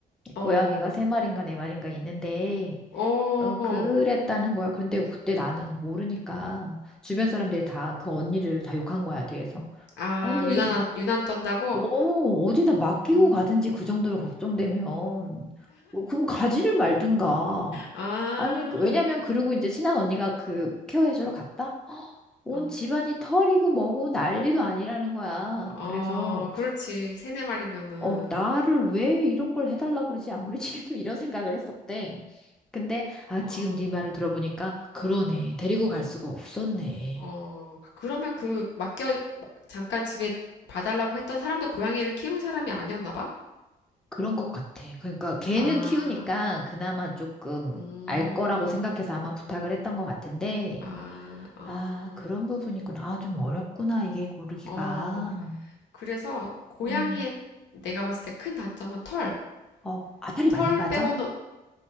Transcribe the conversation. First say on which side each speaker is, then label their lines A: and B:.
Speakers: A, on the left; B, in the centre.
A: 어,
B: 고양이가 세 마리인가 네 마리인가 있는데
A: 어.
B: 어, 그랬다는 거야. 그런데 그때 나는 모르니까 주변 사람들이 다 그 언니를 다 욕한 거야, 뒤에서.
A: 아,
B: 아니,
A: 유난,
B: <laughs>
A: 유난 떤다고?
B: 어, 어디다 맡기고
A: 음,
B: 가든지 그 정도로 걱정되면, 어, 그럼 가지를 말든가.
A: 아,
B: 아니, 그- 왜냐면 그러고 이제 친한 언니가 그 케어해주러 갔다? 헉, 온
A: 어,
B: 집안이 털이고 뭐고 난리도 아니라는 거야.
A: 어,
B: 그래서
A: 그렇지. 세네 마리면은,
B: 어, 나를 왜 이런 걸 해달라 그러지? 아무리 <laughs> 친해도 이런 생각을 했었대. 근데, 아, 지금
A: 어.
B: 네 말을 들어보니까, 그러네. 데리고 갈 수가 없었네.
A: 어, 그러면 그 맡겨 잠깐 집에 봐달라고 했던 사람도 고양이를 키우는 사람이 아니었나 봐?
B: 그런 것 같아. 그러니까 걔는
A: 아,
B: 키우니까 그나마 조금
A: 음,
B: 알 거라고 생각해서 아마 부탁을 했던 것 같은데,
A: 아, 어,
B: 아, 그런 부분이구나. 아, 좀 어렵구나. 이게 고르기가.
A: 어. 그래서 고양이의
B: 음,
A: 내가 봤을 때 큰 단점은 털.
B: 어, 아다리 많이
A: 털
B: 빠져?
A: 빼고는